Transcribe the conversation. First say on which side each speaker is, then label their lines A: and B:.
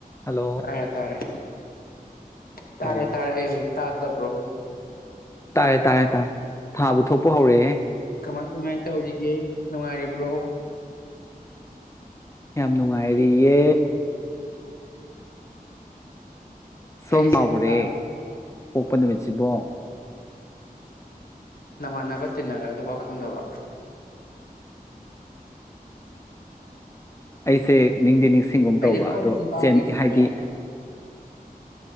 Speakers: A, on the left; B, on the left.
A: Hello
B: ꯇꯥꯔꯦ ꯇꯥꯔꯦ ꯇꯥꯔꯦ
A: ꯑꯣ
B: ꯇꯥꯔꯦ ꯇꯥꯔꯗ ꯄ꯭ꯔꯣ
A: ꯇꯥꯔꯦ ꯇꯥꯔꯦ ꯇꯥꯔꯦ ꯊꯥꯕꯨ ꯊꯣꯛꯄ ꯍꯧꯔꯛꯑꯦ
B: ꯀꯃꯥꯏ ꯀꯃꯥꯏ ꯇꯧꯔꯤꯒꯦ ꯅꯨꯡꯉꯥꯏꯔꯤꯕ꯭ꯔꯣ
A: ꯌꯥꯝ ꯅꯨꯡꯉꯥꯏꯔꯤꯌꯦ ꯁꯣꯝꯕꯒꯨꯨꯔꯦ
B: ꯑꯩꯁꯦ ꯄ꯭ꯂꯥꯟ
A: ꯄꯣꯛꯄ ꯅꯨꯃꯤꯠꯁꯤꯕꯣ
B: ꯅꯃꯥꯟꯅꯕ ꯇꯤꯟꯅꯒ꯭ꯔ ꯑꯗꯨꯐꯥꯎ ꯈꯪꯗꯕ
A: ꯑꯩꯁꯦ ꯅꯤꯡꯗꯦ ꯅꯤꯡꯁꯤ ꯁꯤꯡꯒꯨꯝ
B: ꯑꯩꯗꯤ
A: ꯇꯧꯕ
B: ꯂꯣꯏꯅ
A: ꯑꯗꯣ
B: ꯆꯤꯟꯐꯥ
A: ꯆꯦꯟ
B: ꯄꯨꯏꯌꯦ ꯅꯣꯏ
A: ꯍꯥꯏꯗꯤ
B: ꯃꯌꯥꯝꯒꯤ